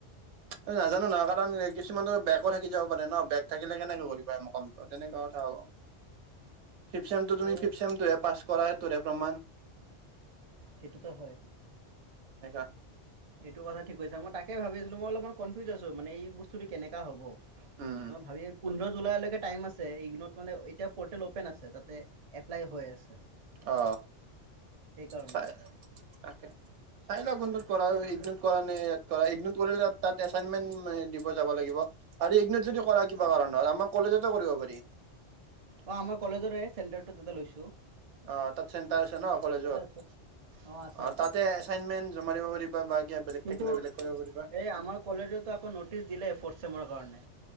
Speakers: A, on the right; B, on the right.
A: এ নাজানো নহয় কাৰণ কিছুমানৰ বেগো থাকি যাব পাৰে ন, বেগ থাকিলে কেনেকে কৰিব পাৰে এম কমটো তেনেকুৱা কথা হ'ব।
B: <inaudible>
A: ফিফ্ট চেমটো তুমি
B: অ'
A: ফিফ্ট চেমটোহে পাছ কৰা সেইতোৰহে প্ৰমাণ।
B: সেইটোতো হয়।
A: কা
B: এইটো কথা ঠিক কৈছা। মই তাকে ভাবি আছিলো মই অলপমান কনফিউজ আছো মানে এই বস্তুটো কেনেকা হ'ব।
A: উম
B: মই ভাবি এ পোন্ধৰ জুলাই লৈকে টাইম আছে, এইকেইদিনত মানে এতিয়া পৰ্টেলত অপেন আছে তাতে এপ্লাই হৈ আছে।
A: অ
B: সেইকাৰণে।
A: চাই তাকে চাই লোৱা কোনটো কৰা
B: তাকে
A: ইগনিত কৰা নে ইয়াত কৰা ইগনিত কৰিলে তাত এছাইনমেণ্ট দিব যাব লাগিব। আৰু ইগনি যদি কৰা কিবা
B: অ'
A: কাৰণত আমাৰ কলেজতে কৰিব পাৰি
B: অ আমাৰ কলেজৰে চেণ্টাৰটো তাতে লৈছো।
A: অ তাত চেণ্টাৰ আছে ন কলেজত
B: আছে আছে
A: অ
B: আছে
A: তাতে এছাইনমেণ্ট জমা দিব পাৰিবা। বা কিবা বেলেগ
B: কিন্তু
A: থাকিলে
B: এই
A: বেলেগ কৰিব পাৰিবা
B: আমাৰ কলেজতো আকৌ নটিচ দিলে ফৰ্থ চেমৰ কাৰণে।